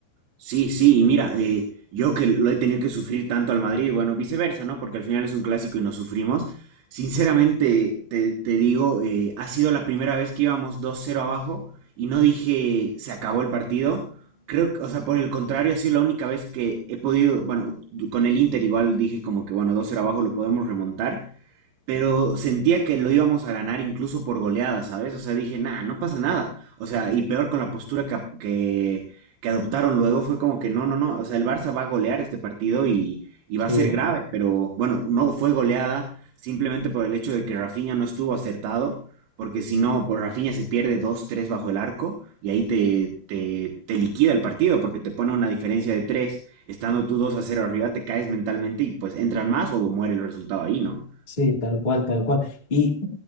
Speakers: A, on the right; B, on the left.
A: Sí, sí, y mira, eh, yo que lo he tenido que sufrir tanto al Madrid, bueno, viceversa, ¿no? Porque al final es un clásico y nos sufrimos. Sinceramente, te, te digo, eh, ha sido la primera vez que íbamos dos cero abajo y no dije se acabó el partido. Creo que, o sea, por el contrario, ha sido la única vez que he podido, bueno, du- con el Inter igual dije como que, bueno, dos cero abajo lo podemos remontar pero sentía que lo íbamos a ganar incluso por goleada, ¿sabes? O sea, dije, nah, no pasa nada. O sea, y peor con la postura que, ap- que, que adoptaron luego fue como que no, no, no, o sea, el Barça va a golear este partido y, y
B: Sí,
A: va a ser grave, pero bueno, no fue goleada simplemente por el hecho de que Rafinha no estuvo acertado, porque si no, pues Rafinha se pierde dos tres bajo el arco y ahí te, te, te liquida el partido porque te pone una diferencia de 3, estando tú dos a cero arriba, te caes mentalmente y pues entran más o muere el resultado ahí, ¿no?
B: Sí, tal cual, tal cual. Y